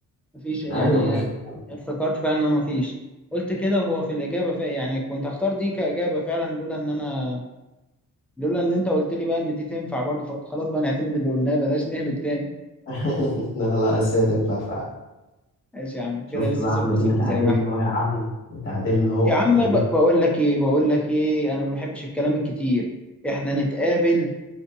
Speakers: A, in the centre; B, on the left.
A: مفيش يعني
B: أيوه ملوش جفون.
A: افتكرت فعلا ان هو مفيش قلت كده وهو في الاجابه فعلا يعني كنت هختار دي كاجابه فعلا لولا ان انا لولا ان انت قلت لي بقى ان دي تنفع برضه فقلت خلاص بقى نعتمد اللي قلناه بلاش نهبط تاني
B: <laughs> لا لا بس هي تنفع فعلا
A: ماشي يا عم
B: شفت
A: كده لسه
B: بقى
A: صفر
B: يا عم دينا
A: صفر
B: تعادلنا
A: زي ما احنا
B: أهو يا عم تعادلنا أهو
A: يا عم
B: وأديك
A: ب- بقول لك ايه بقول لك ايه انا ما بحبش الكلام الكتير احنا نتقابل